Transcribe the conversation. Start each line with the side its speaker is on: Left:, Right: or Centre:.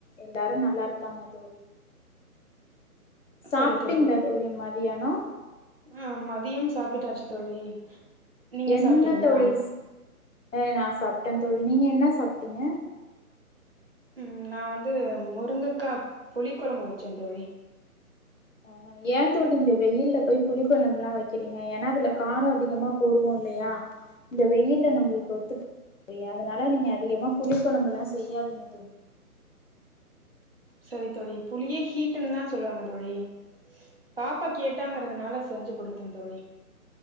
Left: எல்லாரும் நல்லா இருக்காங்க தோழி சாப்பிட்டீங்களா
Right: சரி
Left: தோழி மதியானம்
Right: ஆஹ் மதியம் சாப்பிட்டாச்சு தோழி நீங்க
Left: என்ன
Right: சாப்ட்டீங்களா
Left: தோழி அஹ் நான் சாப்பிட்டேன் தோழி நீங்க என்ன சாப்பிட்டீங்க
Right: உம் நான் வந்து முருங்கைக்கா புழி குழம்பு வச்சேன் தோழி
Left: ஆஹஹ ஏன் தோழி இந்த வெயில்ல போய் புளி குழம்பு எல்லாம் வைக்கிறீங்க ஏன்னா அதுல காரம் அதிகமா போடுவோம் இல்லையா இந்த வெயில் நம்மளுக்கு ஒத்துக்க அதனால நீங்க அதிகமா புளி குழம்பு எல்லாம் செய்யாதீங்க தோழி
Right: சரி தோழி புளியே ஹீடுன்னு தான் சொல்லுவாங்க தோழி பாப்பா கேட்டாங்கிறதுனால
Left: ஆமாம்
Right: செஞ்சு குடுத்தேன் தோழி